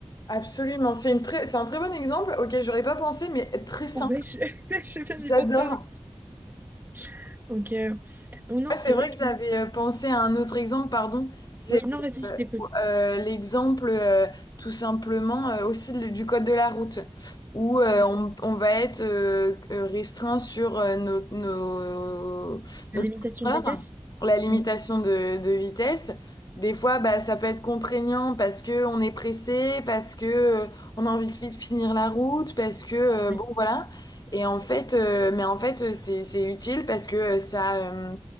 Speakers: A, on the left; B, on the right.
A: Absolument, c'est une très, c'est un très bon exemple auquel j'aurais pas pensé, mais très simple.
B: Ouais, je, <laughs> je viens d'y
A: J'adore.
B: penser à l'instant. <laughs> Donc, euh, donc non,
A: Ouais,
B: c'est
A: c'est
B: vrai
A: vrai
B: que...
A: que j'avais euh, pensé à un autre exemple, pardon. C'est
B: Oui, non, vas-y,
A: euh,
B: je t'écoute.
A: euh, l'exemple euh, tout simplement euh, aussi le- du code de la route, où euh,
B: Euh,
A: on, on va être euh, euh, restreint sur euh, nos, nos,
B: Limitation
A: nos kilomètres
B: de vitesse.
A: heure, la limitation
B: Hmm.
A: de, de vitesse. Des fois, bah, ça peut être contraignant parce que on est pressé, parce que euh, on a envie de vite finir la route, parce que euh,
B: Ouais.
A: bon voilà. Et en fait, euh, mais en fait, euh, c'est c'est utile parce que euh, ça. euh,